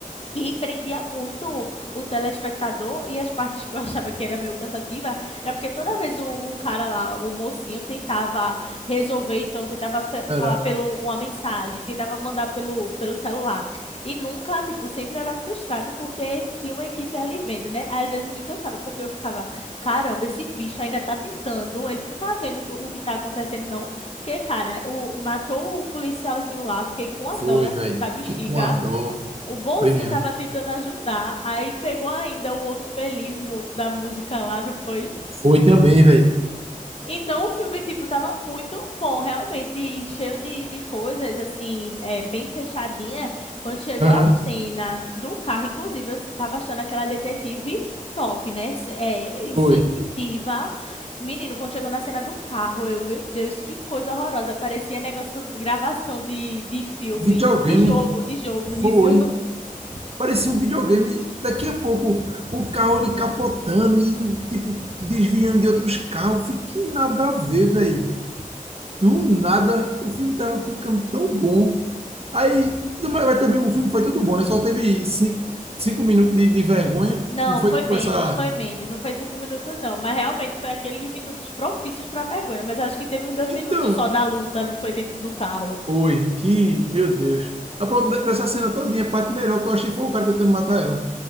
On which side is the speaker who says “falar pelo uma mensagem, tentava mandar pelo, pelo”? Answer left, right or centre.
Left